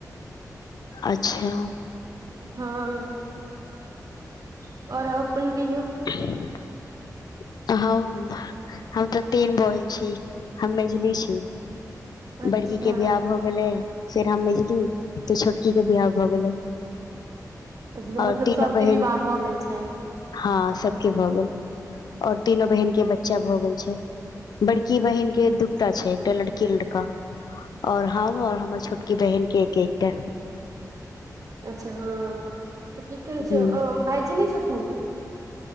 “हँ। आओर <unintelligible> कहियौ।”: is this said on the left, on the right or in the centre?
Right